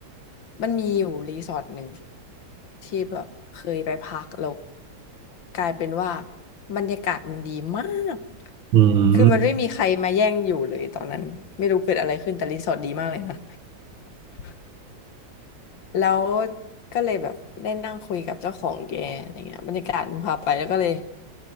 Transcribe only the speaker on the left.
มันมีอยู่รีสอร์ทหนึ่งที่แบบเคยไปพักแล้วกลายเป็นว่าบรรยากาศมันดีมาก
คือมันไม่มีใครมาแย่งอยู่เลยตอนนั้นไม่รู้เกิดอะไรขึ้นแต่รีสอร์ทดีมากเลยนะ <laughs> แล้วก็เลยแบบได้นั่งคุยกับเจ้าของแกอะไรเงี้ยบรรยากาศมันพาไปแล้วก็เลย